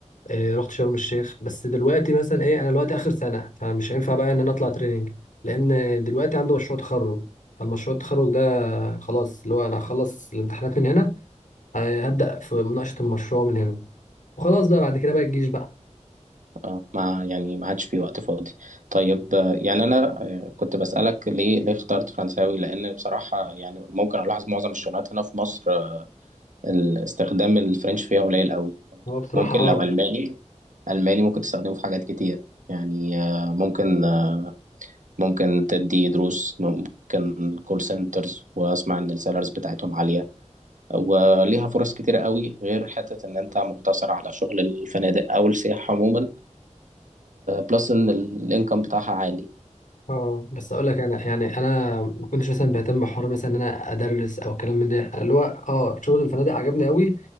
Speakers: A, on the left; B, on the right.
A: آه، رحت شرم الشيخ بس دلوقتي مثلا ايه انا دلوقتي اخر سنه فمش هينفع بقى ان انا اطلع تريننج لان دلوقتي عنده مشروع تخرج فالمشروع التخرج ده خلاص اللي هو انا هخلص الامتحانات من هنا آه، هبدأ في مناقشة المشروع من هنا وخلاص بقى بعد كده بقى الجيش بقى
B: اه ما يعني ما عادش في وقت فاضي طيب آه، يعني انا آه، كنت بسألك ليه ليه اخترت فرنساوي لان بصراحة يعني ممكن الاحظ معظم الشغلات هنا في مصر آه، ال- استخدام الفرنش فيها قليل قوي يعني
A: هو بصراحة
B: ممكن
A: اه
B: لو الماني الماني ممكن تستخدمه في حاجات كتير يعني آه، ممكن آه، ممكن تدي دروس ممكن كول سنترز واسمع ان السالاريز بتاعتهم عالية وليها فرص كتيرة قوي غير حتة ان انت مقتصر على شغل الفنادق او السياحة عموما بلس ان الانكم بتاعها عالي
A: اه بس اقول لك انا يعني انا ما كنتش مثلا بهتم بحوار مثلا ان انا ادرس او كلام من ده أنا اللي هو اه شغل الفنادق عجبني قوي